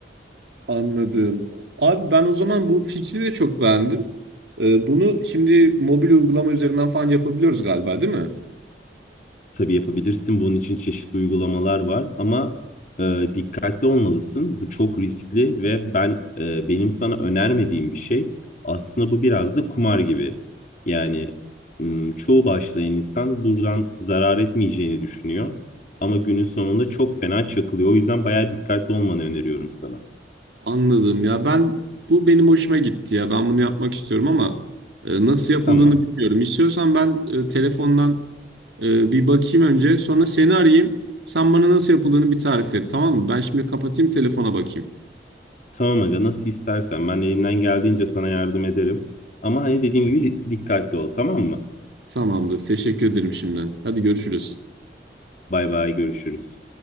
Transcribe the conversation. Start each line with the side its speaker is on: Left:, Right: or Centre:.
Right: Anladım. Abi ben o zaman bu fikri de çok beğendim. E, bunu şimdi mobil uygulama üzerinden falan yapabiliyoruz galiba, değil mi?
Left: Tabii yapabilirsin. Bunun için çeşitli uygulamalar var ama e, dikkatli olmalısın. Bu çok riskli ve ben e, benim sana önermediğim bir şey. Aslında bu biraz da kumar gibi. Yani m, çoğu başlayan insan buradan zarar etmeyeceğini düşünüyor ama günün sonunda çok fena çakılıyor. O yüzden bayağı dikkatli olmanı öneriyorum sana.
Right: Anladım ya ben bu benim hoşuma gitti ya ben bunu yapmak istiyorum ama e, nasıl yapıldığını
Left: Tamam.
Right: bilmiyorum. İstiyorsan ben e, telefondan e, bir bakayım önce sonra seni arayayım. Sen bana nasıl yapıldığını bir tarif et tamam mı? Ben şimdi kapatayım telefona bakayım.
Left: Tamam aga nasıl istersen ben elimden geldiğince sana yardım ederim. Ama hani dediğim gibi dikkatli ol tamam mı?
Right: Tamamdır teşekkür ederim şimdiden. Hadi görüşürüz.
Left: Bay bay görüşürüz.